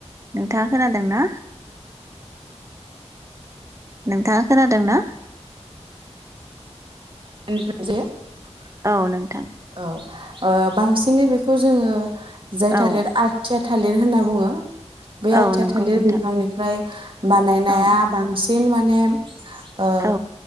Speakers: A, on the right; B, on the right.
A: नोंथाङा खोनादों ना? नोंथाङा खोनादों ना?
B: <unintelligible>
A: औ नोंथां।
B: औ ओ बांसिनै बेखौ जोङो जाय
A: औ
B: थालिर आथिया थालिर होनना बुङो। बे
A: औ
B: आथिया
A: नंगौ
B: थालिर
A: नोंथां
B: बिफांनिफ्राय बानायनाया
A: औ
B: बांसि दिन माने ओ
A: औ